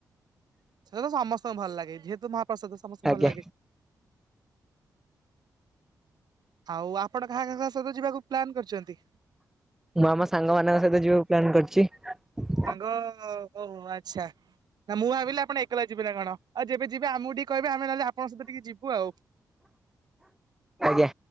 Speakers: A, on the right (about 70°); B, in the centre.
A: ସେଟାତ ସମସ୍ତଙ୍କୁ ଭଲ ଲାଗେ ଯେହେତୁ ମହାପ୍ରସାଦ ସମସ୍ତଙ୍କୁ
B: ଆଜ୍ଞା।
A: ଭଲ ଲାଗେ। ଆଉ ଆପଣ କାହା କାହା କାହା ସହିତ ଯିବାକୁ ପ୍ଲାନ୍ କରିଚନ୍ତି?
B: ମୁଁ ଆମ ସାଙ୍ଗ ମାନଙ୍କ ସହିତ ଯିବାକୁ ପ୍ଲାନ୍ କରିଚି।
A: ଓ ହଉ ଆଛା। ନା ମୁଁ ଭାବିଲି ଆପଣ ଏକେଲା ଯିବେନା କଣ ଆଉ ଯେବେ ଯିବ ଆମକୁ ଟିକେ କହିବେ ଆମେ ନେହେଲେ ଆପଙ୍କ ସହିତ ଟିକେ ଯିବୁ ଆଉ?
B: ଆଜ୍ଞା।